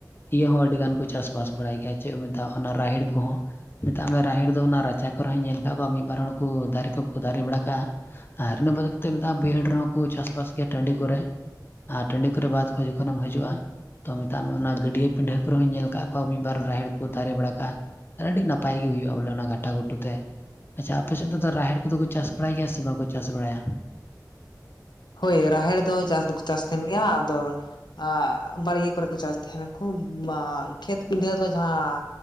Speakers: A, on the left (about 30°); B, on the left (about 85°).
A: ᱤᱭᱟᱹ ᱦᱚᱸ ᱟᱹᱰᱤᱜᱟᱱ ᱠᱚ ᱪᱟᱥ ᱵᱟᱥ ᱵᱟᱲᱟᱭ ᱜᱮᱭᱟ ᱪᱮᱫ ᱠᱚ ᱢᱮᱛᱟᱜᱼᱟ ᱚᱱᱟ ᱨᱟᱦᱮᱲ ᱠᱚᱦᱚᱸ ᱢᱮᱛᱟᱜ ᱢᱮ ᱨᱟᱦᱮᱲ ᱫᱚ ᱚᱱᱟ ᱨᱟᱪᱟ ᱠᱚᱨᱮ ᱦᱚᱸᱧ ᱧᱮᱞ ᱠᱟᱜ ᱠᱚᱣᱟ ᱢᱤᱫ ᱵᱟᱨ ᱦᱚᱲ ᱠᱚ ᱫᱟᱨᱮ ᱠᱚᱠᱚ ᱫᱟᱨᱮ ᱵᱟᱲᱟ ᱠᱟᱜᱼᱟ ᱟᱨ ᱤᱱᱟᱹ ᱵᱟᱫ ᱠᱟᱛᱮᱫ ᱢᱮᱛᱟᱜ ᱵᱟᱹᱭᱦᱟᱹᱲ ᱨᱮᱦᱚᱸ ᱠᱚ ᱪᱟᱥᱵᱟᱥ ᱜᱮᱭᱟ ᱴᱟᱺᱰᱤ ᱠᱚᱨᱮ ᱟᱨ ᱴᱟᱺᱰᱤ ᱠᱚᱨᱮ ᱵᱟᱫ ᱠᱷᱚᱱ ᱡᱚᱠᱷᱚᱱᱮᱢ ᱦᱤᱡᱩᱜᱼᱟ ᱛᱚ ᱢᱮᱛᱟᱜ ᱢᱮ ᱚᱱᱟ ᱜᱟᱹᱰᱭᱟᱹ ᱯᱤᱰᱷᱟᱹ ᱠᱚᱨᱮ ᱦᱚᱧ ᱧᱮᱞ ᱟᱠᱟᱫ ᱠᱚᱣᱟ ᱢᱤᱫ ᱵᱟᱨ ᱨᱟᱦᱮᱲ ᱠᱚ ᱠᱚ ᱫᱟᱨᱮ ᱵᱟᱲᱟ ᱠᱟᱜᱼᱟ ᱟᱨ ᱟᱹᱰᱤ ᱱᱟᱯᱟᱭ ᱜᱮ ᱦᱩᱭᱩᱜᱼᱟ ᱵᱚᱞᱮ ᱚᱱᱟ ᱜᱷᱟᱴᱟ ᱜᱷᱩᱴᱩ ᱛᱮ ᱟᱪᱪᱷᱟ ᱟᱯᱮ ᱥᱮᱫ ᱫᱚ ᱨᱟᱦᱮᱲ ᱠᱚᱫᱚ ᱠᱚ ᱪᱟᱥ ᱵᱟᱲᱟᱭ ᱜᱮᱭᱟ ᱥᱮ ᱵᱟᱠᱚ ᱪᱟᱥ ᱵᱟᱲᱟᱭᱟ
B: ᱦᱳᱭ ᱨᱟᱦᱮᱲ ᱫᱚ ᱪᱟᱥ ᱫᱚᱠᱚ ᱪᱟᱥ ᱛᱟᱦᱮᱱ ᱜᱮᱭᱟ ᱟᱫᱚ ᱟ ᱵᱟᱲᱜᱮ ᱠᱚᱨᱮ ᱠᱚ ᱪᱟᱥ ᱛᱟᱦᱮᱱᱟᱠᱚ <unintelligible> ᱠᱷᱮᱛ ᱯᱤᱰᱷᱟᱹ ᱫᱚ ᱡᱟᱦᱟᱸ